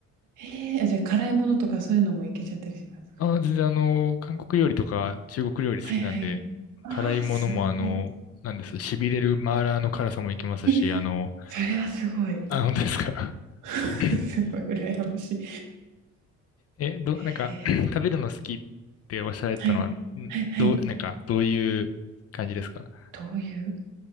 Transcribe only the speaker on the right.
ええあじゃあ辛いものとかそういうのもいけちゃったりしますか
はいはい。ああ、
すごい。
え、
それはすごい。
<laughs>
すごい羨ましい。
へえ
はい。
はいはい。
どういう、